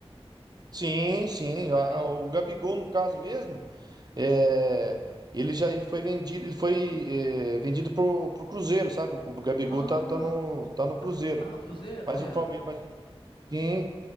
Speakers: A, on the right (about 40°); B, on the left (about 50°).
A: Sim, sim.
B: Eu imagino.
A: a- a- O
B: que-
A: Gabigol, no caso mesmo, é, ele já ele foi vendido, ele foi é, vendido pro, pro Cruzeiro, sabe? O Gabigol
B: Ah,
A: tá, tá no, tá no Cruzeiro.
B: tá, tá no Cruzeiro?
A: Mas
B: Olha,
A: o Palmeiras, Sim,